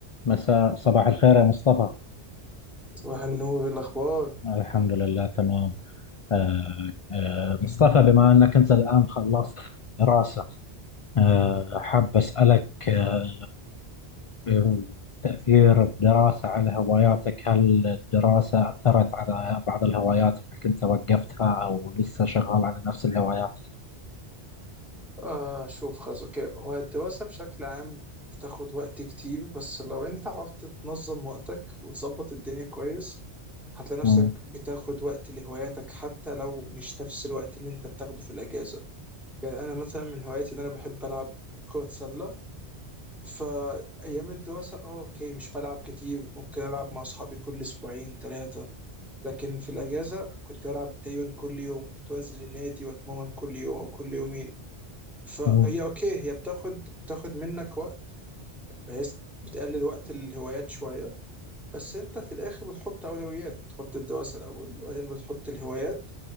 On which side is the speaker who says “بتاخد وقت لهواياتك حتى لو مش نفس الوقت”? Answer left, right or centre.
Centre